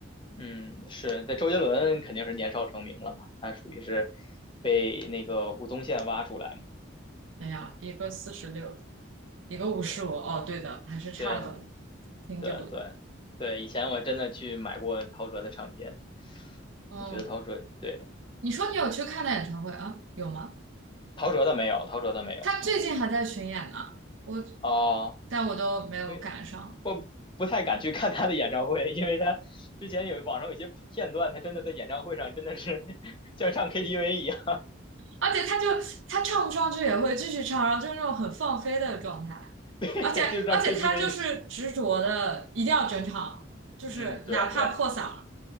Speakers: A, on the left; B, on the right.
A: 嗯，是，那周杰伦肯定是年少成名了嘛，他属于是被那个吴宗宪挖出来嘛。
B: 哎呀，一个四十六，一个五十五，
A: 对
B: 哦，对的，还是差了
A: 对
B: 挺久的。
A: 对对对，以前我真的去买过陶喆的唱片，
B: 哦，
A: 你觉得陶喆对
B: 你说你有去看他演唱会啊？有吗？
A: 陶喆的没有，陶喆的没有
B: 他最近还在巡演呢，我，
A: 哦，
B: 但我都没有赶上。
A: 因为我不太敢去看他的演唱会，因为他之前有网上有一些片段，他真的在演唱会上真的是 <laughs> 像唱 KTV 一样，
B: 而且他就他唱不上去也会继续唱，然后就是那种很放飞的状态，
A: <laughs> 对，
B: 而且而且他就是执着的一定要整场，
A: 就是唱 KTV 那种。
B: 就是哪怕破嗓儿
A: 嗯，对对